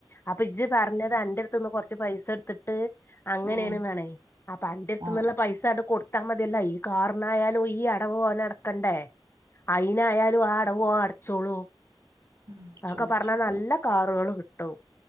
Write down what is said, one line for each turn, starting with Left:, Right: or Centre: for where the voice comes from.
Left: അപ്പോ ഇജ് പറഞ്ഞത് അന്റെ അടുത്തന്ന് കൊറച്ച് പൈസ എടുത്തിട്ട് അങ്ങനെയാണെന്നാണേ
Right: ഉം
Left: അപ്പോ അന്റെ അടുത്ത്ന്നുള്ള
Right: ആഹ്
Left: പൈസആണ്ട് കൊടുത്താ മതിയല്ലോ ഈ കാറിനായാലും ഈ അടവും അവന് അടക്കണ്ടേ അയിനായാലും ആ അടവു ഓൻ അടച്ചോളും
Right: ഉം
Left: അതൊക്കെ
Right: ചോദിച്ചോക്കാം
Left: പറഞ്ഞാ നല്ല കാറുകള് കിട്ടും